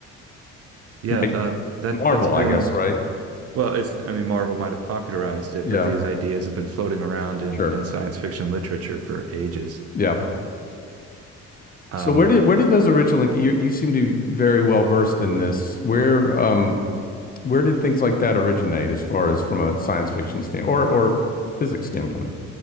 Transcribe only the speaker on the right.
Yeah,
uh, that
that's been
well, it's I mean Marvel might have popularized it,
but these ideas have been floating around in
in science fiction literature for ages.
Um